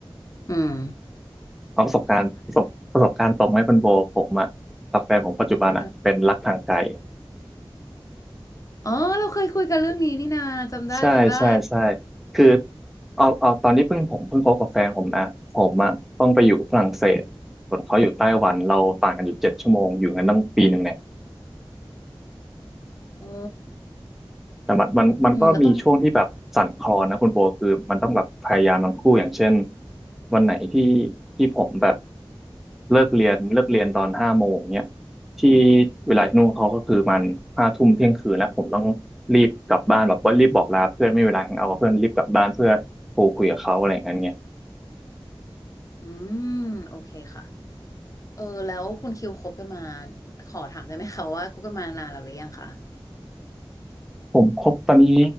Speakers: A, on the left; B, in the centre.
A: อืม
B: เอาประสบการณ์ประสบประสบการณ์ตรงไหมคุณโบผมอะกับแฟนผมปัจจุบันอะเป็นรักทางไกล
A: เอออ๋อเราเคยคุยกันเรื่องนี้นี่นาจำได้จำได้
B: ใช่ใช่ใช่คือเอาเอาตอนที่เพิ่งผมเพิ่งคบกับแฟนผมนะ ผมอะต้องไปอยู่ฝรั่งเศสส่วนเขาอยู่ไต้หวันเราต่างกันอยู่เจ็ดชั่วโมงอยู่กันตั้งปีหนึ่งเนี่ย
A: โอ้
B: แต่มันมันมันก็มีช่วงที่แบบสั่นคลอนนะคุณโบคือมันต้องแบบพยายามทั้งคู่อย่างเช่น
A: อืมแล้วตอนนี้
B: วันไหนที่ที่ผมแบบเลิกเรียนเลิกเรียนตอนห้าโมงเนี้ยที่เวลาที่นู่นเขาก็คือมันห้าทุ่มเที่ยงคืนแล้วผมต้องรีบกลับบ้านแบบว่ารีบบอกลาเพื่อนไม่มีเวลาแฮงเอาท์กับเพื่อนรีบกลับบ้านเพื่อโทรคุยกับเขาอะไรอย่างเงี้ย
A: อืมโอเคค่ะเออแล้วคุณคิวคบกันมาขอถามได้ไหมคะว่าคบกันมานานแล้วหรือยังคะ
B: ผมคบตอนนี้